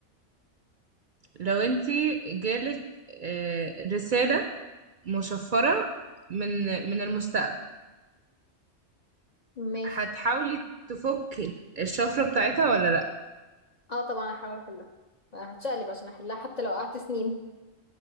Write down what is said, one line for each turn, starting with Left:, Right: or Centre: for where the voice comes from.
Right: لو انتي جالك أه رساله مشفره من من المستقبل
Left: ماشي
Right: هتحاولي تفكي الشفره بتاعتها ولا لا
Left: اه طبعا هحاول أحلها هتشقلب عشان أحلها حتى لو قعدت سنين